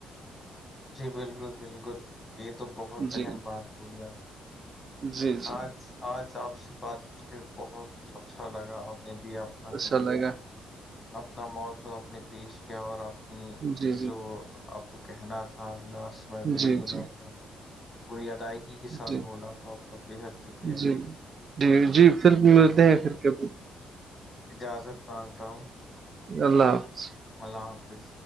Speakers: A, on the left; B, on the right.
A: جی بالکل بالکل یہ تو بہت
B: جی
A: اہم بات بولی آپ
B: جی جی
A: آج آج آپ سے بات کی کہ بہت اچھا لگا آپ نے بھی اپنا
B: چلے گا <unintelligible>
A: اپنا موضوع اپ نے پیش کیا اور اپنی
B: جی جی
A: جو آپ کو کہنا تھا ال لاس میں بالکل
B: جی جی
A: آپ نے پوری ادائیگ ی کے ساتھ
B: جی
A: بولا تو آپ کا بےحد شکریہ
B: جی
A: <unintelligible>
B: جی جی پھر
A: تو
B: ملتے ہیں پھر کے
A: اجازت مانگتا ہوں
B: اللہ حافظ <unintelligible>
A: اللہ حافظ